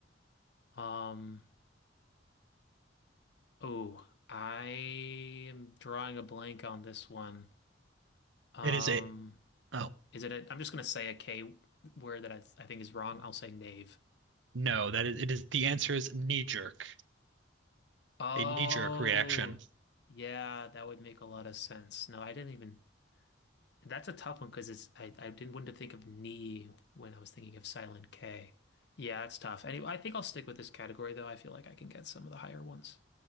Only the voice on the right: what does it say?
It is a, oh,
no, that is, it is, the answer is knee jerk,
a knee jerk reaction.